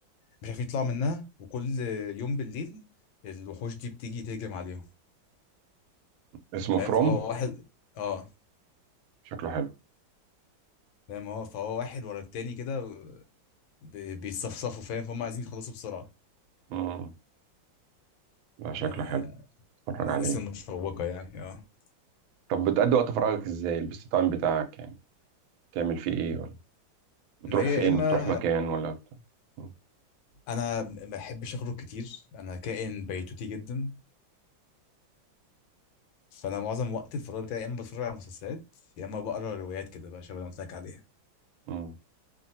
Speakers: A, on the left; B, on the right.
A: مش عارفين يطلعوا منها وكل يوم بالليل الوحوش دي بتيجي تهجم عليهم
B: اسمه
A: فاهم
B: فروم
A: فهو واحد اه
B: شكله حلو
A: فاهم هو فهو واحد ورا التاني كده بي- بيتصفصفوا فاهم فهم عايزين يخلصوا بسرعه
B: امم لا شكله
A: يعني
B: حلو اتفرج
A: من الاحداث
B: عليه
A: المشوقه يعني اه
B: طب بتقضي وقت فراغك ازاي البيست تايم بتاعك يعني بتعمل فيه ايه ولا بتروح
A: ما هي يا
B: فين
A: اما
B: بتروح مكان ولا بت... م.
A: انا ما بحبش اخرج كتير انا كائن بيتوتي جدا فانا معظم وقت الفراغ بتاعي يا اما بتفرج على مسلسلات يا اما بقرا روايات كده بقى شبه اللي قلت لك عليها
B: م.